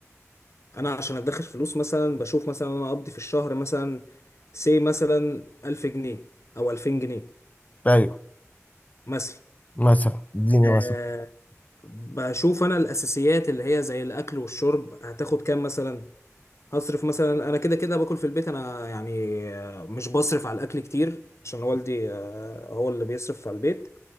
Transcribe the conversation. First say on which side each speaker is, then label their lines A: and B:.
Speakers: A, on the left; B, on the left.
A: انا عشان ادخر فلوس مثلا بشوف مثلا انا اقضي في الشهر مثلا سي مثلا 1000 جنيه او 2000 جنيه
B: ايوه
A: مثلا
B: مثلا اديني مثلا
A: أه بشوف انا الاساسيات اللي هي زي الاكل والشرب هتاخد كام مثلا هصرف مثلا انا كده كده باكل في البيت انا يعني آه، مش بصرف على الاكل كتير عشان والدي آه، هو اللي بيصرف على البيت